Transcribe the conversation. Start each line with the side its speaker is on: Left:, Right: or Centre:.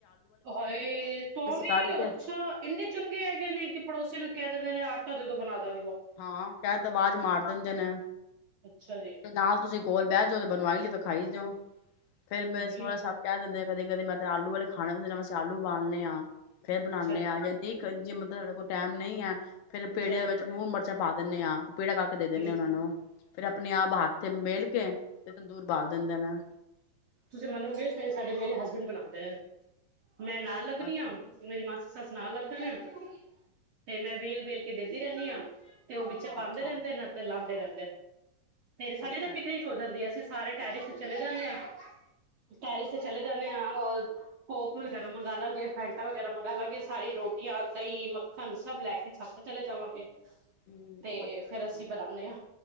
Right: ਹਾਏ ਤਾਂ ਵੀ
Left: ਕਰਕੇ
Right: ਅੱਛਾ ਇੰਨੇ ਚੰਗੇ ਹੈਗੇ ਨੇ ਕਿ ਪੜੋਸੀ ਨੂੰ ਕਹਿ ਦਿੰਦੇ ਨੇ ਕਦੇ ਤੋਂ ਬਣਾ ਲ
Left: ਹਾਂ ਕਹਿ ਦ ਆਵਾਜ਼ ਮਾਰ ਦਿੰਦੇ ਨੇ
Right: ਅੱਛਾ ਜੀ,
Left: ਤੇ ਨਾਲ ਤੁਸੀਂ ਕੋਲ ਬਹਿ ਜੋ ਤੇ ਬਣਵਾਈ ਜਦੋਂ ਖਾਈ ਜਾਉ ਫੇਰ ਮੈਂ
Right: ਹੂੰ,
Left: ਸੋਹਰਾ ਸਾਬ ਕਹਿ ਦਿੰਦੇ ਕਦੇ ਕਦੇ ਮੈਂ ਤਾਂ ਆਲੂ ਵਾਲੇ ਖਾਣੇ ਤੁ ਮਂ ਆਲੂ ਉਬਾਲਣੇ ਆਂ ਫੇਰ ਬਣਾਉਂਦੇ
Right: ਅੱਛਾ ਜੀ,
Left: ਆ ਜਾਂਦੀ ਜੇ ਮਤਲਬ ਸਾਡੇ ਕੋਲ ਟਾਈਮ ਨਹੀਂ ਐ ਫੇਰ ਪੇੜਿਆਂ
Right: ਅੱਛਾ ਜੀ,
Left: ਦੇ ਵਿੱਚ ਮੂੰਹ ਮ ਚ' ਪਾ ਦਿੰਨੇ ਆ ਪੇੜਾ ੱਕ ਦੇ ਦਿੰਦੇ
Right: ਹੂੰ।
Left: ਉਹਨਾਂ ਨੂੰ ਫਿਰ ਆਪਣੇ ਆਪ ਹੱਥ ਮੇਲ ਕੇ ਤੇ ਤੰਦੂਰ ਬਾਲ ਦਿੰਦੇ ਨੇ
Right: ਤੁਸੀਂ ਮੰਨੋਗੇੇ ਸਾਡੇ ਮੇਰੇ ਹਸਬੈਂਡ ਬਣਾਉਂਦੇ ਹੈ ਮੈਂ ਨਾਲ ਲੱਗਵ
Left: ਅੱਛਾ,
Right: ਹਾਂ ਮੇਰੀ ਮਾਸੀ ਸੱਸ ਸੁਣਾ ਲਵ ਤੁਂ ਤੇ ਮੈਂ ਵੇਲ ਵੇਲ ਕੇ ਦੇਦੀ ਰਹਿੰਦੀ ਹਾਂ ਤੇ ਉਹ ਵਿੱਚ ਪਾਉਂਦੇ
Left: ਅੱਛਾ,
Right: ਰਹਿੰਦੇ ਨੇ ਅਤੇ ਲਾਂਦੇ ਰਹਿੰਦੇ <unintelligible> ਫੇਰ ਸਾਡੇ
Left: ਅੱਛਾ,
Right: ਤਾਂ ਪਿਕਨਿਕ
Left: ਅੱਛਾ
Right: ਹੋ ਜਾਂਦੀ ਆ ਅ ਸਾਰੇ ਕਹਿ ਰੇ ਸੀ ਚਲੇ ਜਾਂਦੇ ਹਾਂ ਟੈਰੀ ਤੇ ਚਲੇ ਜਾਂਦੇ ਹਾਂ ਔਰ ਕੋਕ ਵਗੈਰਾ ਮੰਗਾਲਾਂਗੇ ਫੈਂਟਾ ਵਗੈਰਾ ਮੰਗ ਲਾਂਗੇ ਸਾਰੀ ਰੋਟੀਆਂ ਦਹੀਂ ਮੱਖਣ ਸਭ ਲੈ ਕੇ ਛੱਤ ਤੇ ਚਲੇ ਜਾਵਾਂਗੇ
Left: ਹੂੰ
Right: ਤੇ
Left: ਅੱਛਾ,
Right: ਫੇਰ
Left: ਅੱਛਾ
Right: ਅਸੀਂ ਬਣਾਉਦੇ ਹਾਂ